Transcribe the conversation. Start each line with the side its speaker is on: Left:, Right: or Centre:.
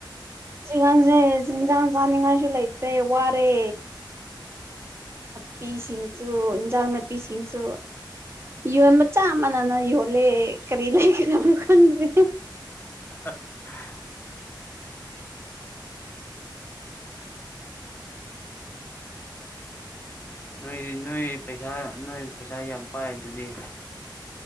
Right: ꯆꯒꯥꯡꯁꯦ ꯆꯤꯟꯖꯥꯡ ꯆꯥꯅꯤꯡꯉꯥꯏꯁꯨ ꯂꯩꯇ꯭ꯔꯦ ꯋꯥꯔꯦ ꯄꯤ ꯁꯤꯡꯁꯨ ꯏꯟꯖꯥꯡ ꯅꯥꯄꯤꯁꯤꯡꯁꯨ ꯌꯣꯟ ꯃꯆꯥ ꯑꯃꯅꯅ ꯌꯣꯜꯂꯦ ꯀꯔꯤ ꯂꯩꯒꯗꯅ ꯈꯟꯗꯦ
Left: <unintelligible> ꯅꯣꯏ ꯅꯣꯏ ꯄꯩꯁꯥ ꯅꯣꯏ ꯄꯩꯁꯥ ꯌꯥꯝ ꯄꯥꯏ ꯑꯗꯨꯗꯤ